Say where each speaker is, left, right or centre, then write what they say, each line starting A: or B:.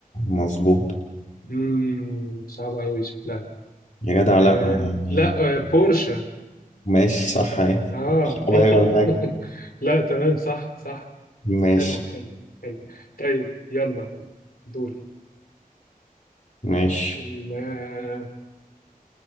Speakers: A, on the left; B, on the left.
A: مظبوط
B: امم صعب قوي شكلها
A: يا جدع لأ
B: آه
A: يعني
B: لا آه بورشا
A: ماشي صح اهي
B: اه
A: صعبة اهي ولا حاجة
B: <laughs> لا تمام صح صح
A: ماشي
B: حلوه حلوه حلوه طيب يلا دوري
A: ماشي
B: الم- آه،